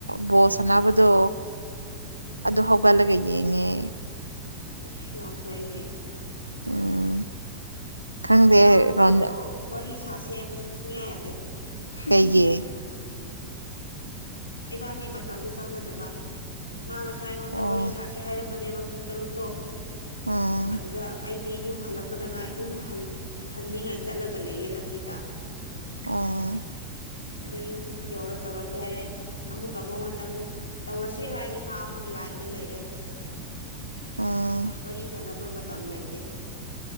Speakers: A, on the right (about 90°); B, on the left (about 80°).
A: ꯕꯣꯁ ꯑꯅꯥꯕꯗꯣ ꯑꯗꯨ ꯍꯧꯒꯠꯂꯒ
B: ꯎꯝ
A: ꯌꯦꯡꯉꯦ
B: ꯑꯁ ꯌꯥꯝ ꯐꯩꯅꯦ
A: ꯎꯝ ꯈꯪꯗꯦ
B: ꯅꯅꯥꯎ ꯅꯨꯄꯥꯁꯨ
A: ꯔꯣꯟ
B: ꯀꯣ ꯋꯥꯔꯤ ꯁꯥꯁꯦꯕꯁꯨ ꯁꯨꯡꯌꯥꯏꯗ <unintelligible>
A: ꯀꯩꯒꯤ
B: ꯏꯕꯥꯅꯤ ꯃꯇꯝꯗꯨ ꯆꯥꯟꯅꯗꯕ ꯃꯥ ꯉꯁꯥꯏ ꯑꯩꯉꯣꯟꯗ
A: ꯑꯣ
B: ꯋꯥꯔꯤ ꯁꯥꯁꯤ ꯍꯥꯏꯔꯝꯕꯅꯦꯕ ꯄꯨꯡ ꯇꯔꯨꯛꯇꯣ
A: ꯎꯝ
B: ꯑꯗꯨꯗ ꯑꯩꯗꯤ ꯌꯨꯝ ꯍꯜꯂꯛꯄꯗ ꯉꯥꯏ ꯌꯨꯝ ꯍ ꯍꯟꯅꯤꯡꯉꯥꯏ ꯆꯠꯂꯒ ꯂꯩꯌꯦ ꯂꯝꯕꯤꯗ
A: ꯑꫭ
B: ꯑꯗꯨ ꯌꯨꯝ ꯌꯧꯔ ꯇꯧꯔꯛꯀꯦ ꯍꯥꯏꯔꯦ ꯑꯃꯨꯛ ꯑꯃ ꯃꯉꯣꯟꯗ ꯑꯃꯨꯛ ꯇꯧꯔꯁꯦ ꯍꯥꯏꯗꯤ ꯃꯥ ꯑꯃꯨꯛ ꯂꯥꯏꯅ ꯂꯩꯔꯦ
A: ꯎꯝ
B: ꯋꯥꯔꯤ ꯁꯥꯟꯅꯕ ꯃꯇꯝ ꯂꯩꯇꯦ